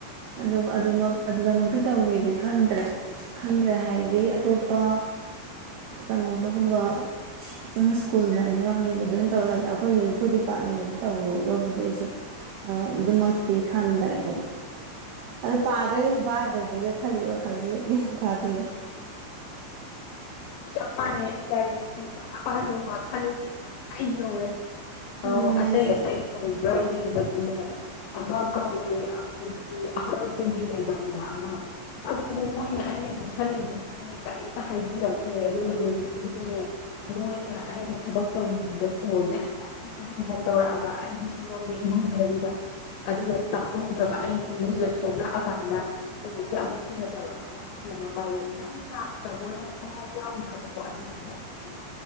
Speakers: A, on the right (about 80°); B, on the left (about 80°).
A: ꯑꯗꯨꯒ ꯑꯗꯨꯃꯛ ꯑꯗꯨꯗꯃꯛꯇꯤ ꯇꯧꯒꯗꯤ ꯈꯟꯗ꯭ꯔꯦ ꯈꯟꯗ꯭ꯔꯦ ꯍꯥꯏꯗꯤ ꯑꯇꯣꯞꯄ ꯀꯩꯅꯣꯗꯒꯨꯝꯕ ꯑꯗꯨꯝ ꯁ꯭ꯀꯨꯜꯗꯅꯤ ꯈꯪꯅꯤ ꯑꯗꯨ ꯑꯗꯨꯃꯅ ꯇꯧꯔ ꯑꯩꯈꯣꯏꯒꯤꯗꯤ ꯑꯩꯈꯣꯏ ꯗꯤꯄꯥꯔꯠꯃꯦꯟꯗꯨ ꯇꯧꯔꯤꯕꯕꯨꯗꯤ ꯑꯩꯁꯨ ꯑ ꯑꯗꯨꯝꯃꯛ ꯇꯤ ꯈꯟꯗꯔꯦ ꯍꯥꯏꯗꯤ ꯑꯗꯨ ꯄꯥꯗ꯭ꯔꯦ ꯈꯨ ꯄꯥꯗꯖꯤꯒ ꯈꯜꯂꯤꯕ ꯋꯥꯈꯜꯁꯤꯒ ꯒ꯭ꯌꯥꯟ ꯇꯥꯗꯦꯗ
B: ꯆꯞꯄꯥꯟꯅꯦꯗꯥꯔ ꯁꯨꯝꯄꯥ ꯄꯗꯦ ꯋꯥꯈꯜꯗꯤ ꯑꯩ ꯌꯧꯔꯦ ꯑ
A: ꯑꯗꯨꯅ
B: ꯑꯇꯩꯩ
A: ꯍꯥꯏꯁꯦ
B: ꯑꯇꯩ ꯀꯧ ꯈ꯭ꯔ ꯌꯦꯡꯕꯕꯁꯤꯅꯦ ꯑꯃ ꯀꯧꯋꯦ ꯑꯩꯈꯣꯏꯒꯤ ꯑꯍꯜꯁꯤꯡꯒꯤ ꯂꯩꯐꯝꯗ ꯑꯃ ꯑꯗꯨꯁꯨ ꯃꯣꯏꯅ ꯑꯩꯅ ꯄꯤꯁꯜꯂꯤꯗꯨꯅꯤꯅꯦ ꯀꯔꯤꯝꯇ ꯍꯥꯏꯕꯤꯔꯛꯇ꯭ꯔꯦ ꯑꯗꯨꯒ ꯅꯨꯃꯤꯠꯇꯨꯗꯅꯦ ꯃꯣꯏꯅ ꯑꯩꯅ ꯊꯕꯛ ꯇꯧꯔꯤꯉꯩꯗ ꯀꯣꯜꯁꯦ ꯍꯟꯖꯤꯟ ꯍꯟꯖꯤꯟ ꯍꯟꯖꯤꯟ ꯇꯧꯔꯛꯑꯕ ꯑꯩꯒꯤ ꯁꯣꯂꯣꯝꯗ ꯏꯔꯨꯖꯔꯤꯕ ꯑꯗꯨꯗ ꯇꯥꯍꯧꯗ꯭ꯔꯕ ꯑꯩꯅ ꯏꯔꯨꯖ ꯊꯣꯛꯂꯛꯑꯀꯥꯟꯗ ꯀꯣꯜꯁꯦ ꯑꯃꯨꯛ ꯍꯟꯅ ꯇꯧꯔꯀꯥꯟꯗ ꯑꯍꯜ ꯑꯃ ꯄꯥꯏꯔꯛꯑꯦ ꯅꯪ ꯂꯥꯛꯇ꯭ꯔꯕ ꯅꯪ ꯊꯋꯥꯏ ꯌꯥꯎꯗ꯭ꯔꯕꯀꯣ ꯑꯗꯨꯗ ꯍꯥꯏꯔꯦ